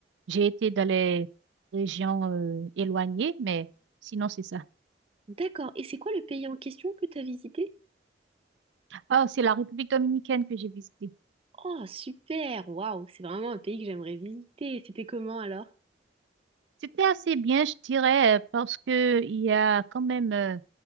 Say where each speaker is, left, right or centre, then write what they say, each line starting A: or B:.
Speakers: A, on the right; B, on the right.
A: j'ai été dans les régions euh, éloignées, mais sinon c'est ça.
B: D'accord. Et c'est quoi le pays en question que tu as visité?
A: Ah, c'est la République dominicaine que j'ai visitée.
B: Oh, super! Waouh! C'est vraiment un pays que j'aimerais visiter. C'était comment alors?
A: C'était assez bien, je dirais, euh, parce que il y a quand même euh,